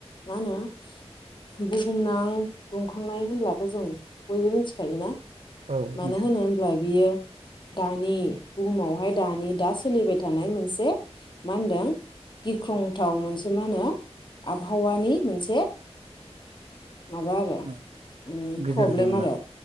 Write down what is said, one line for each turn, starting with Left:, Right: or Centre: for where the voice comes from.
Left: मा होनो बुहुमनां दंखांनाय होनब्लाथ' जों बयबो मिथिखायो ना?
Right: औ
Left: मानो
Right: मिथिगौ
Left: होनो होमब्ला बियो
Right: <inaudible>
Left: दानि बुहुमावहाय दानि दा सोलिबाय थानाय मोनसे मा होनदों गिख्रंथाव मोनसे मा होनो आबहावानि मोनसे माबा आरो
Right: औ
Left: ओम
Right: गिदिर
Left: प्रब्लेम
Right: जेंना
Left: आरो